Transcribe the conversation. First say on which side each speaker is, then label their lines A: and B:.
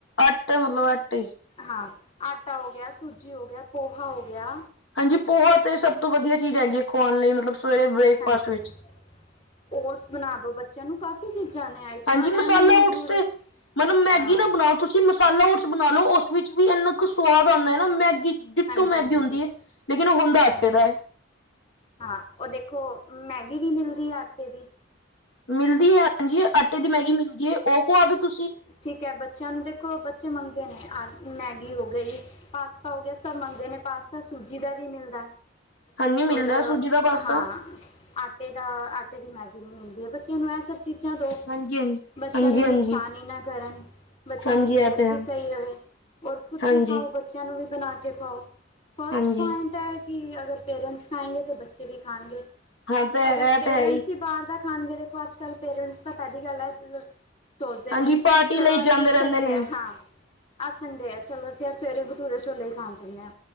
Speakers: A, on the left; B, on the left.
A: ਅੱਠ ਮਤਲਬ ਅੱਟ ਹੀ,
B: ਹਾਂ ਆਟਾ ਹੋ ਗਿਆ, ਸੂਜੀ ਹੋ ਗਿਆ ਪੋਹਾ ਹੋ ਗਿਆ।
A: ਹਾਂਜੀ ਪੋਹਾ ਤੇ ਸਭ ਤੋਂ ਵਧੀਆ ਚੀਜ਼ ਹੈਗੀ ਹੈ, ਖਾਣ ਲਈ ਮਤਲਬ ਸਵੇਰੇ ਬ੍ਰੇਕਫਾਸਟ
B: ਹਾਂਜੀ।
A: ਵਿੱਚ
B: ਓਟਸ ਬਣਾ ਦੋ ਬ ਬੱਚਿਆਂ ਨੂੰ ਕਾਫ਼ੀ ਚੀਜ਼ਾਂ ਨੇ ਆਈਟਮਾਂ
A: ਹਾਂਜੀ ਮਸਾਲਾ
B: ਐ ਨੀ ਹੈ ਜ਼ਰੂਰੀ
A: ਓਟਸ ਤੇ ਮਤਲਬ ਮੈਗੀ
B: ਹਾਂ।
A: ਨਾ ਬਣਾਓ ਤੁਸੀਂ ਮਸਾਲਾ ਉਸ ਬਣਾ ਲੋ, ਉਸ ਵਿੱਚ ਵੀ ਇੰਨਾ ਕੁ ਸਵਾਦ ਆਉਂਦਾ ਨਾ ਮੈਗੀ। ਡਿੱਟੂ
B: ਹਾਂਜੀ,
A: ਮੈਗੀ
B: ਹਾਂਜੀ,
A: ਹੁੰਦੀ ਹੈ, ਲੇਕਿਨ ਉਹ ਹੁੰਦਾ ਆਟੇ
B: ਹਾਂਜੀ
A: ਦਾ ਹੈ।
B: ਹਾਂ ਉਹ ਦੇਖੋ ਮੈਗੀ ਵੀ ਮਿਲਦੀ ਆ ਆਟੇ ਦੀ,
A: ਮਿਲਦੀ ਹੈ ਹਾਂਜੀ ਆਟੇ ਦੀ ਮੈਗੀ ਮਿਲਦੀ ਹੈ, ਉਹ ਕਵਾ ਦੋ ਤੁਸੀਂ
B: ਠੀਕ ਹੈ ਬੱਚਿਆਂ ਨੂੰ ਦੇਖੋ, ਬੱਚੇ ਮੰਗਦੇ ਨੇ ਆ ਮੈਗੀ ਹੋ ਗਈ। ਪਾਸਤਾ ਹੋ ਗਿਆ, ਸਭ ਮੰਗਦੇ ਨੇ ਪਾਸਤਾ ਸੂਜੀ ਦਾ ਵੀ ਮਿਲਦਾ।
A: ਹਾਂਜੀ ਮਿਲਦਾ
B: ਔਰ
A: ਸੂਜੀ ਦਾ ਪਾਸਤਾ
B: ਹਾਂ, ਆਟੇ ਦਾ ਆਟੇ ਦੀ ਮੈਗੀ ਨਹੀਂ ਮਿਲਦੀ ਹੈ, ਬੱਚਿਆਂ ਨੂੰ ਇਹ ਸਭ ਚੀਜ਼ਾਂ ਦੋ
A: ਹਾਂਜੀ ਹਾਂਜੀ
B: ਬੱਚਿਆਂ ਨੂੰ
A: ਹਾਂਜੀ
B: ਨੁਕਸਾਨ ਹੀ ਨਾ, ਕਰਨ ਬੱਚਿਆਂ
A: ਹਾਂਜੀ
B: ਦੀ ਸਿਹਤ
A: ਹਾਂਜੀ ਇਹ ਤੇ
B: ਵੀ
A: ਹੈ
B: ਸਹੀ ਰਹੇ ਔਰ ਖੁਦ
A: ਹਾਂਜੀ
B: ਵੀ ਖਾਓ। ਬੱਚਿਆਂ ਨੂੰ ਵੀ ਬਣਾ ਕੇ ਖਵਾਓ ਫਸਟ
A: ਹਾਂਜੀ
B: ਪੁਆਇੰਟ ਹੈ। ਕਿ ਅਗਰ ਪੇਰੈਂਟਸ ਖਾਏਗੇ, ਤਾਂ ਬੱਚੇ ਵੀ ਖਾਣਗੇ
A: ਹਾਂ ਤੇ
B: ਅਗਰ
A: ਇਹ
B: ਪੇਰੈਂਟਸ
A: ਤੇ ਹੈ
B: ਹੀ ਬਾਹਰ ਦਾ ਖਾਣਗੇ ਦੇਖੋ ਅੱਜ-ਕੱਲ ਪੇਰੈਂਟਸ ਤਾਂ ਪਹਿਲੀ ਗੱਲ ਹੈ ਸੋਚਦੇ
A: ਹਾਂਜੀ
B: ਨੇ,
A: ਪਾਰਟੀ
B: ਚਲੋ
A: ਲਈ
B: ਅੱਜ
A: ਜਾਂਦੇ ਰਹਿੰਦੇ
B: ਸੰਡੇ
A: ਨੇ
B: ਆ। ਹ ਅਹ ਸੰਡੇ ਆ ਚਲੋ ਅਸੀਂ ਅ ਸਵੇਰੇ ਬਟੂਰੇ ਛੋਲੇ ਹੀ ਖਾਣ ਜਾਂਦੇ ਹਾਂ।